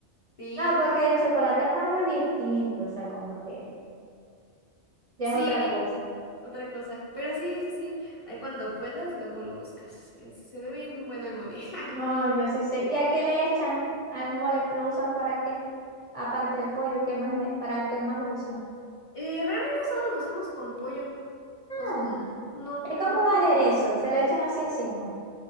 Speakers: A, on the left; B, on the right.
A: Sí.
B: No, porque el chocolate amargo es distinto, o sea, como que ya
A: Sí.
B: es otra cosa.
A: Otra cosa. Pero sí, sí, sí. Ahí cuando puedas, luego lo buscas. Eh, Se ve bien bueno el mole. <laughs>
B: No, yo sí sé. ¿Y a qué le echan al mole? ¿Lo usan para qué? Aparte del pollo, ¿qué más le- ¿para qué más lo usan?
A: Eh, realmente solo lo usamos con pollo. O sea,
B: Ah,
A: no,
B: es como
A: creo,
B: un
A: creo
B: aderezo,
A: que no.
B: se lo echan así encima.